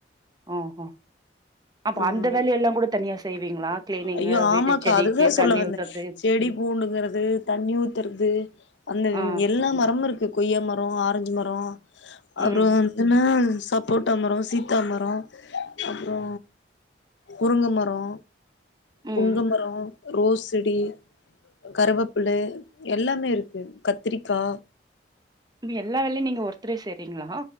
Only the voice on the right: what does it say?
ஓஹோ அப்ப
அந்த வேலயெல்லா கூட தனியா செய்வீங்களா கிளீனிங்கு
வீட்டு
செடிக்கு
தண்ணி
ஊத்துறது
ஆ
ம்
ம்
இங்கு எல்லா வேலையு நீங்க ஒர்த்தரே செய் ரிங்ளா